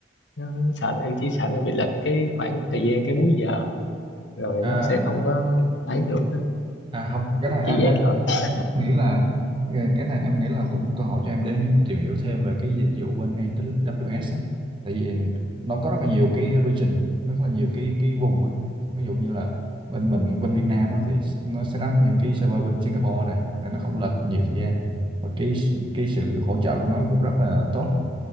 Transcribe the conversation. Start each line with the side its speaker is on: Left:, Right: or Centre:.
Left: nó sợ em chỉ sợ nó bị lệch cái khoảng thời gian cái múi giờ rồi
Right: à,
Left: nó sẽ không có ấy được á.
Right: à không cái này
Left: chỉ
Right: anh, anh
Left: vậy thôi à,
Right: nghĩ là ờ, cái này em nghĩ là cũng cơ hội cho em để em tìm hiểu thêm về cái dịch vụ bên AWS á. Tại vì nó có rất là nhiều cái region, rất là nhiều cái cái vùng á. Ví dụ như là bên mình bên Việt Nam á thì nó set up những cái server bên Singapore này để nó không lệch nhiều thời gian. Và cái cái sự hỗ trợ của nó cũng rất là tốt.